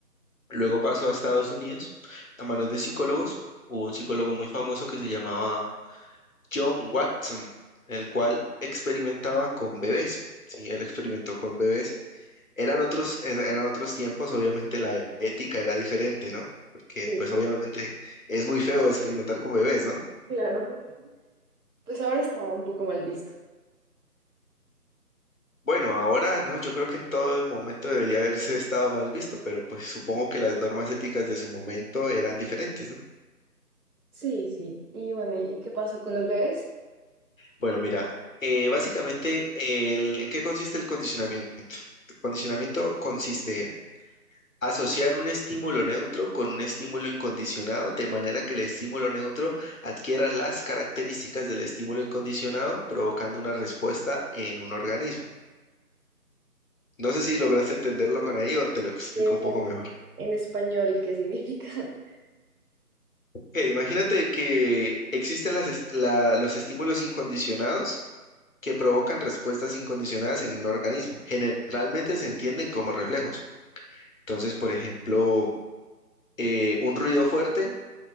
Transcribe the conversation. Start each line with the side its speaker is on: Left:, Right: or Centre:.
Left: Luego pasó a Estados Unidos a manos de psicólogos. Hubo un psicólogo muy famoso que se llamaba John Watson, el cual experimentaba con bebés. Sí, él experimentó con bebés. Eran otros, er- eran otros tiempos, obviamente la e- ética era diferente, ¿no? Porque
Right: sí,
Left: pues obviamente es muy feo experimentar con bebés, ¿no?
Right: claro. Pues ahora está un poco mal visto.
Left: Bueno, ahora no, yo creo que en todo momento debería haberse estado mal visto, pero pues supongo que las normas éticas de su momento eran diferentes, ¿no?
Right: Sí, sí. Y bueno, ¿y qué pasó con los bebés?
Left: Bueno, mira, eh, básicamente, el, ¿en qué consiste el condicionamiento? El condicionamiento consiste en asociar un estímulo neutro con un estímulo incondicionado, de manera que el estímulo neutro adquiera las características del estímulo incondicionado, provocando una respuesta en un organismo. No sé si lograste entenderlo con ahí o te lo explico
Right: Y eso
Left: un poco
Right: en,
Left: mejor.
Right: en español, ¿qué significa? <laughs>
Left: Ok, imagínate que existen las est- la- los estímulos incondicionados que provocan respuestas incondicionadas en un organismo. Generalmente se entienden como reflejos. Entonces, por ejemplo, eh, un ruido fuerte